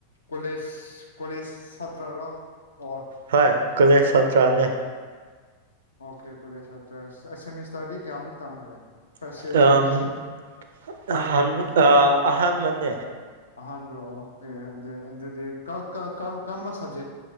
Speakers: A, on the left (about 75°); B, on the right (about 60°).
A: ꯀꯣꯂꯦꯖꯁ ꯀꯣꯂꯦꯖꯁ ꯁꯥꯇ꯭ꯔꯔꯣ ꯑꯣ
B: ꯍꯥꯏ ꯀꯣꯂꯦꯖꯪꯪꯪꯪꯪ ꯁꯥꯇ꯭ꯔꯅꯦ
A: ꯑꯣꯀꯦ ꯀꯣꯂꯦꯖ꯭-ꯁꯇ꯭ꯔꯥ ꯁꯥꯁꯦꯃꯤꯁꯇꯔꯗꯤ ꯀꯌꯥꯃꯨꯛ ꯇꯝꯈ꯭ꯔꯦ ꯐꯥꯔꯁ
B: UNINTELLIGIBLE
A: ꯁꯦꯝ ꯁꯦꯀꯦꯟ ꯁꯦꯝ ꯑꯍꯥꯟꯕ꯭ꯔꯣꯑꯣ ꯑꯗꯨ ꯑꯗꯨꯗꯤ ꯀꯔꯝ ꯀꯔꯝꯕ ꯁꯕꯖꯦꯛ